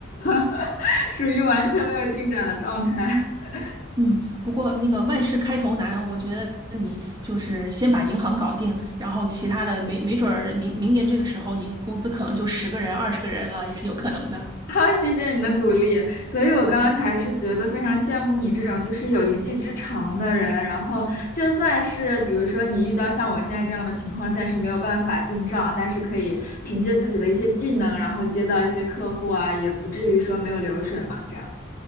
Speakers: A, on the left; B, on the right.
A: <laughs> 属于完全没有进展的状态。<laughs>
B: 嗯，不过那个万事开头难，我觉得你就是先把银行搞定，然后其他的没没准儿明明年这个时候，你公司可能就十个人、二十个人了，也是有可能的。
A: 好，谢谢你的鼓励，所以我刚刚才是觉得非常羡慕你这种就是有一技之长的人，然后就算是比如说你遇到像我现在这样的情况，暂时没有办法进账，但是可以凭借自己的一些技能，然后接到一些客户啊，也不至于说没有流水嘛，这样。